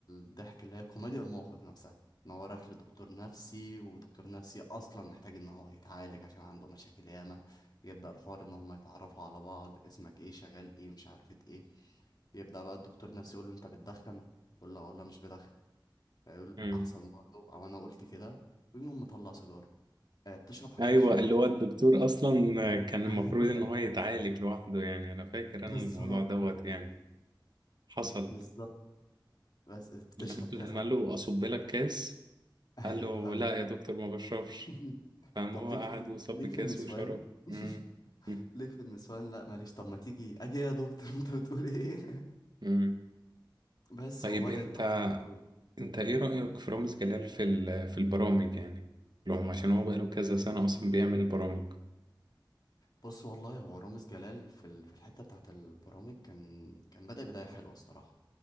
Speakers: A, on the left (about 55°); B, on the right (about 60°).
A: الضحك اللي هي كوميديا الموقف نفسها ان هو راح لدكتور نفسي ودكتور نفسي اصلا محتاج ان هو يتعالج عشان عنده مشاكل ياما يبدأ الحوار ان هم يتعرفوا على بعض اسمك ايه شغال ايه مش عارفة ايه يبدأ بقى الدكتور نفسي يقول له انت بتدخن يقول له "آه والله مش بدخن فيقول
B: مم.
A: احسن برضه او انا قلت كده ويقوم مطلع سيجارة آه، بتشرب حشيش
B: أيوة اللي هو الدكتور أصلا
A: <laughs>
B: كان المفروض
A: ايوه
B: إن هو يتعالج لوحده يعني أنا فاكر
A: بالظبط
B: أنا الموضوع دوت يعني حصل
A: بالظبط بس بتشرب
B: لما
A: كذا
B: قال له أصب لك كاس
A: <laughs> ايوه
B: قال له لا يا دكتور ما بشربش
A: <laughs>
B: فاهم
A: طب
B: هو
A: ليك
B: قعد
A: في ال...
B: وصب
A: ليك
B: كاس
A: في النسوان
B: وشرب
A: <laughs>
B: مم. مم.
A: ليك في النسوان لا ماليش طب ما تيجي اجي يا دكتور <laughs> انت بتقول ايه
B: مم.
A: <laughs> بس
B: طيب
A: وبدأت
B: انت
A: بقى رحلته
B: انت ايه رأيك في رامز جلال في ال- في البرامج يعني لهم عشان هو بقاله كذا سنة اصلا بيعمل البرامج
A: بص والله هو رامز جلال في ال... في الحتة بتاعت البرامج كان كان بدأ بداية حلوة الصراحة